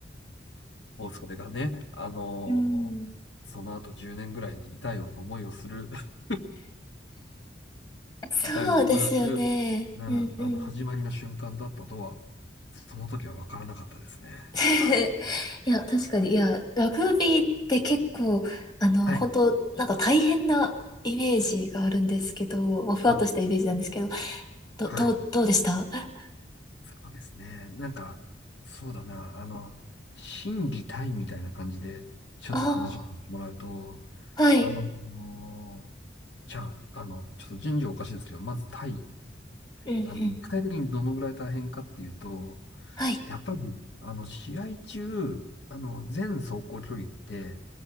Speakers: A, on the left (about 75°); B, on the left (about 25°).
A: もうそれがね、あのーその後10年ぐらいに痛い思いをする、
B: うん。
A: <laughs>
B: そうですよね。
A: 痛い思いをする、うん、
B: うんうん。
A: あの、始まりの瞬間だったとは、その時は分からなかったですね。
B: <laughs>
A: はい。
B: いや、確かに、いや、ラグビーって結構、あの、
A: はい。
B: 本当なんか大変なイメージがあるんですけど、まあ、ふわっとしたイメージなんですけど、
A: あ、
B: ど、
A: はい。
B: どう、どうでしたあ
A: そうですね。なんか、そうだな、あの、心技体みたいな感じで、ちょっと話してもらうと、
B: あー、はい。
A: あの、じゃあ、あの、ちょっと順序おかしいですけど、まず体
B: うんうん。
A: あの、具体的にどのぐらい大変かっていうと、
B: はい。
A: やっぱり、あの、試合中、あの、全走行距離って、